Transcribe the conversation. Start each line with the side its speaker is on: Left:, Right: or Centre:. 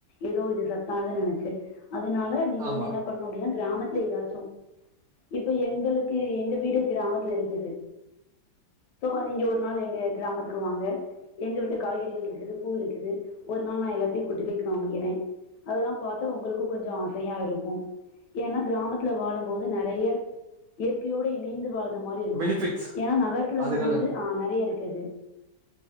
Left: ஏதோ இது சத்தானதுனு நெனைச்சு அதனால நீங்க
Right: ஆமா
Left: வந்து என்ன பண்ணு அப்டின்னா கிராமத்துல ஏதாச்சு இப்ப எங்க களுக்கு எங்க வீடு கிராமத்துல இருக்குது சோ நீங்க ஒரு நாள் எங்க கிராமத்க்வாங்க எங்க விட்டு காய்கறிகள் இருக்குது பூ இருக்குது ஒரு நாள் நா எல்லாத்தையு கூட்டி போய் காமிக்கிறே அதெல்லா பாத்தா உங்களுக்கு கொஞ்ச ஆசையா இருக்கு ஏனா கிராமத்துல வாழும் போது நெறைய இயற்கையோடு இணைந்து வாழ்ந்த மாரி இருக்கு
Right: பெனிஃபிட்ஸ்
Left: ஏனா நகரத்துலருக்கு
Right: அதுக்கான
Left: போது ஆஹ நெறைய இருக்குது